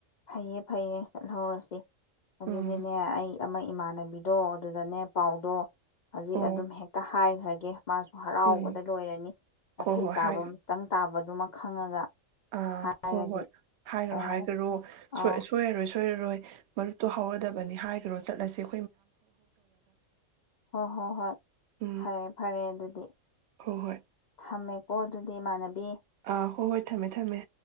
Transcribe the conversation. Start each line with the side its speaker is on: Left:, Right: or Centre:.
Left: ꯐꯩꯌꯦ ꯐꯩꯌꯦ ꯆꯠꯍꯧꯔꯁꯤ ꯑꯗꯨꯗꯤꯅꯦ
Right: ꯎꯝ
Left: ꯑꯩ ꯑꯃ ꯏꯃꯥꯟꯅꯕꯤꯗꯣ ꯑꯗꯨꯗꯅꯦ ꯄꯥꯎꯗꯣ ꯍꯧꯖꯤꯛ
Right: ꯑꯣ
Left: ꯑꯗꯨꯝ ꯍꯦꯛꯇ ꯍꯥꯏꯈ꯭ꯔꯒꯦ ꯃꯥꯁꯨ ꯍꯔꯥꯎꯕꯗ
Right: ꯎꯝ
Left: ꯂꯣꯏꯔꯅꯤ ꯅꯥꯈꯩ
Right: ꯍꯣꯏ ꯍꯣꯏ
Left: ꯇꯥꯕ
Right: ꯍꯥꯏꯒ
Left: ꯑꯃꯇꯪ ꯇꯥꯕ ꯑꯗꯨꯃ ꯈꯪꯉꯒ
Right: ꯑꯥ
Left: ꯍꯥꯏꯔꯗꯤ
Right: ꯍꯣꯏ ꯍꯣꯏ ꯍꯥꯏꯈꯣ
Left: ꯑꯣ
Right: ꯍꯥꯏꯈ꯭ꯔꯣ
Left: ꯑꯧ
Right: ꯁꫭꯏ ꯁꯣꯏ ꯌꯥꯔꯣꯏ ꯁꯣꯏꯔꯔꯣꯏ ꯃꯔꯨꯞꯇꯨ ꯍꯧꯔꯗꯕꯅꯤ ꯍꯥꯏꯈꯔꯣ ꯆꯠꯂꯁꯤ
Left: ꯍꯣꯏ ꯍꯣꯏ ꯍꯣꯏ
Right: ꯎꯝ
Left: ꯐꯔꯦ ꯐꯔꯦ ꯑꯗꯨꯗꯤ
Right: ꯍꯣꯏ ꯍꯣꯏ
Left: ꯊꯝꯃꯦ ꯑꯣ ꯑꯗꯨꯗꯤ ꯏꯃꯥꯟꯅꯕꯤ
Right: ꯑꯥ ꯍꯣꯏ ꯍꯣꯏ ꯊꯝꯃꯦ ꯊꯝꯃꯦ